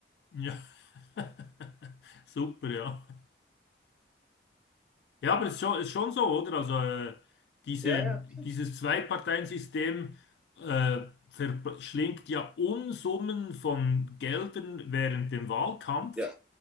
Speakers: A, on the left (about 70°); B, in the centre.
A: Ja. <laughs> Super, ja. Ja, aber es ist schon, ist schon so, oder? Also äh, diese,
B: Ja, ja,
A: dieses Zwei-Parteien-System äh, verschlingt ja Unsummen von Geldern während dem Wahlkampf.
B: ja,